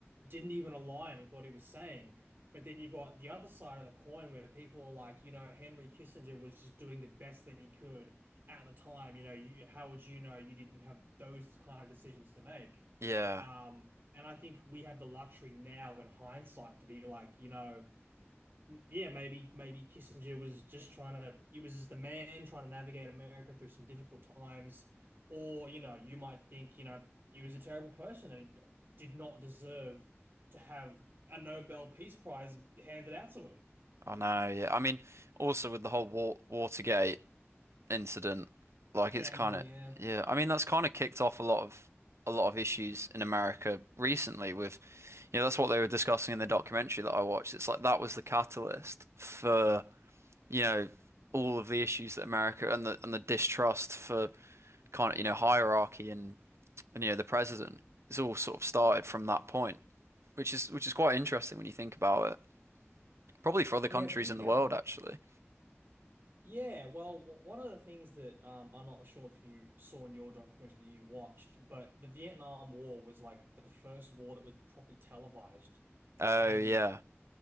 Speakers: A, on the right; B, on the right.
A: didn't even align with what he was saying. But then you've got the other side of the coin where people are like, you know, Henry Kissinger was just doing the best that he could at the time, you know, you, how would you know you didn't have those kind of decisions to make?
B: Yeah.
A: Um, and I think we have the luxury now in hindsight to be like, you know, yeah, maybe maybe Kissinger was just trying to, he was just the man trying to navigate America through some difficult times, or you know, you might think, you know, he was a terrible person and he did not deserve to have a Nobel Peace Prize handed out to him.
B: I know. Yeah. I mean, also with the whole Wa- Watergate. incident. Like
A: Scandal,
B: it's kind of
A: yeah.
B: yeah. I mean, that's kind of kicked off a lot of a lot of issues in America recently with you know that's what they were discussing in the documentary that I watched. It's like that was the catalyst for you know all of the issues that America and the and the distrust for kind of you know hierarchy and and you know the president. It's all sort of started from that point, which is which is quite interesting when you think about it. Probably for other
A: Yeah,
B: countries
A: big
B: in the
A: um
B: world, actually.
A: Yeah, well, w- one of the things that um, I'm not sure if you saw in your documentary that you watched, but the Vietnam War was like the first war that was properly televised.
B: Oh
A: And
B: yeah,